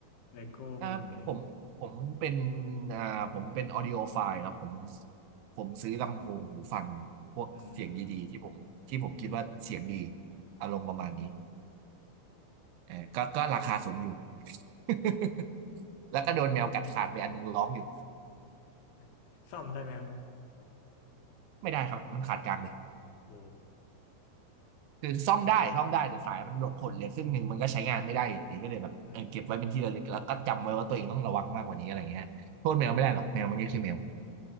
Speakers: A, on the left; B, on the right.
A: เลโก้หุ่นเลย
B: อ่าผมผมเป็นอ่าผมเป็นออดิโอไฟล์ครับผมผมซื้อลำโพงหูฟังพวกเสียงดีๆ
A: อืม
B: ที่ผมที่ผมคิดว่าเสียงดีอารมณ์ประมาณนี้เออก็ก็ราคาสูงอยู่ <laughs> แล้วก็โดนแมวกัดขาดไปอันหนึงร้องอยู่
A: <laughs> ซ่อมได้ไหมครับ
B: ไม่ได้ครับมันขาดกลางเลย
A: โห
B: คือซ่อมได้ซ่อมได้ แต่สายมันหลบผลเหลยครึ่งหนึ่งมันก็ใช้งานไม่ได้อยู่ดีก็เลยแบบเออเก็บไว้เป็นที่ระลึกแล้วก็จำไว้ว่าตัวเองต้องระวังมากกว่านี้อะไรเงี้ยโทษแมวไม่ได้หรอกแมวมันก็คือแมว
A: อืม